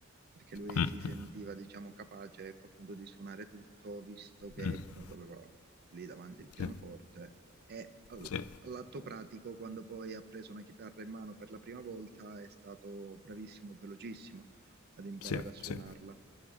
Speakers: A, on the right; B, on the left.
A: perché lui
B: Mm,
A: si sentiva diciamo capace ecco, appunto di suonare tutto visto che
B: mm.
A: comunque aveva lì davanti il pianoforte
B: Sì,
A: e eh,
B: sì,
A: All'atto pratico, quando poi ha preso una chitarra in mano per la prima volta, è stato bravissimo e velocissimo ad imparare
B: sì,
A: a suonarla.
B: sì,